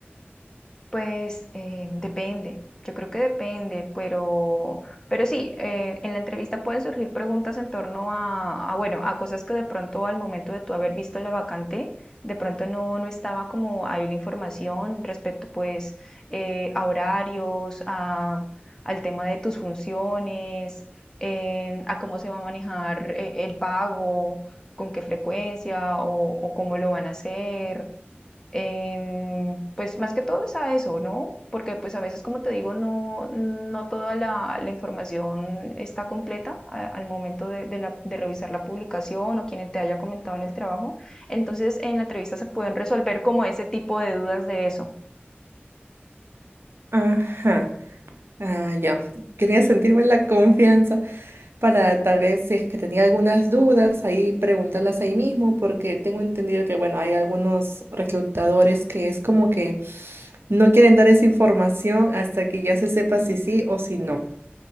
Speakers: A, on the left; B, on the right.
A: Pues eh, depende, yo creo que depende, pero, pero sí, eh, en la entrevista pueden surgir preguntas en torno a, a, bueno, a cosas que de pronto al momento de tú haber visto la vacante, de pronto no, no estaba como ahí la información respecto pues eh, a horarios, a, al tema de tus funciones, eh, a cómo se va a manejar eh, el pago, con qué frecuencia o o cómo lo van a hacer. Em, pues más que todo es a eso, ¿no? Porque pues a veces, como te digo, no, no toda la, la información está completa a- al momento de, de la- de revisar la publicación o quien te haya comentado en el trabajo. Entonces, en la entrevista se pueden resolver como ese tipo de dudas de eso.
B: Ajá. Ah, ya. Quería sentirme en la confianza para tal vez si es que tenía algunas dudas, ahí preguntarlas ahí mismo, porque tengo entendido que, bueno, hay algunos reclutadores que es como que no quieren dar esa información hasta que ya se sepa si sí o si no.